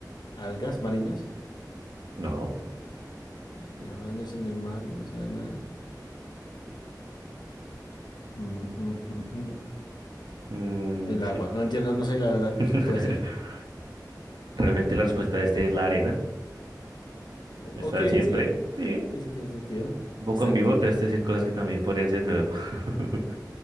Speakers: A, on the left; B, on the right.
A: algas marinas.
B: No,
A: Lleva años en el mar y no sabe nada. Mm, mm, mm, mm.
B: Mm,
A: El
B: sí.
A: agua. No entiendo, no sé la verdad
B: <laughs>
A: qué puede ser. <laughs>
B: Realmente la respuesta de este es la arena.
A: O-
B: Está
A: Ok,
B: siempre.
A: sí.
B: Sí,
A: Sí, sí tiene sentido.
B: un poco
A: Están
B: en vivo
A: totalmente,
B: empezaste a decir cosas que también podrían ser, pero <laughs>
A: mm,